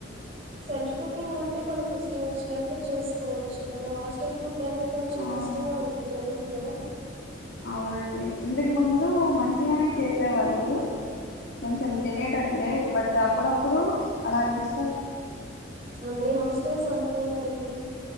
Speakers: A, on the right (about 35°); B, on the left (about 70°).
A: జస్ట్ కుకింగ్ ఉంటే మనకి ఇష్టం వచ్చినట్లు చేసుకోవచ్చు అడ్ హాస్టల్ ఫుడ్ అంటే కొంచెం
B: ఆ
A: కష్టంగా ఉంటుంది కదా తినడం
B: అవునండి ఇంతకు ముందు మంచిగానే చేసేవాళ్ళు కొంచెం తినేటట్ బట్ అప్పుడప్పుడు అలా చేస్తారు
A: అన్ని హాస్టల్స్ అంతే అండి